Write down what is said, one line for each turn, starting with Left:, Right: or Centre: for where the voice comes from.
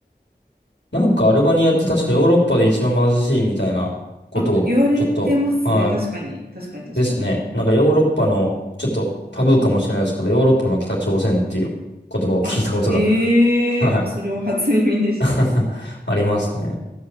Left: なんかアルバニアって確かヨーロッパで一番貧しいみたいなことを、
Right: あ、言われてますね、
Left: ちょっと、は
Right: 確かに、確かに、確かに。
Left: い、ですね。なんかヨーロッパの、ちょっとタブーかもしれないですけど、ヨーロッパの北朝鮮っていう言葉を聞いたことが、
Right: あ、へえ、
Left: <laughs> は
Right: あ、それは初耳でした。
Left: い、<laughs> ありますね。